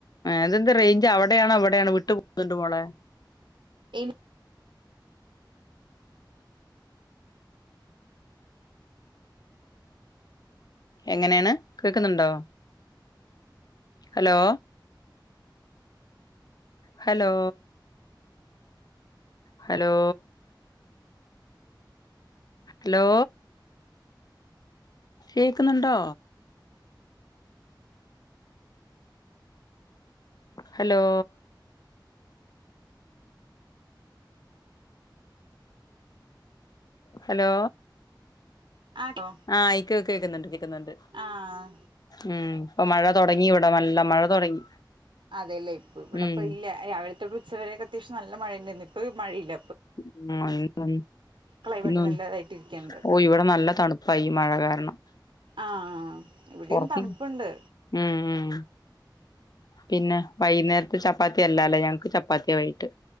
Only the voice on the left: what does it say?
അതെന്താ റേഞ്ച് അവിടെയാണോ ഇവി ടൊയാണോ വിട്ട് വിട്ട് പോകുന്ന മോളെ
എങ്ങനെയാണ് കേക്കുന്നുണ്ടോ ഹലോ ഹലോ ഹലോ ഹലോ കേക്കുന്നുണ്ടോ ഹലോ ഹലോ
ആഹ് ഐക്കക്ക കേക്കുന്നുണ്ട് കേക്കുന്നുണ്ട്
ഉം ഇപ്പൊ മഴ തുടങ്ങി ഇവിട നല്ല മഴ തുടങ്ങി
ഉം
ഉം ഉം
ഉം
ഓ ഇവിടെ നല്ല തണുപ്പാ ഈ മഴ കാരണം
പുറത്തി
ഉം ഉം പിന്നെ വൈകുന്നേരത്ത് ചപ്പാത്തിയല്ലാല്ലോ ഞങ്ങക്ക് ചപ്പാത്തിയാ വയ്ക്ട്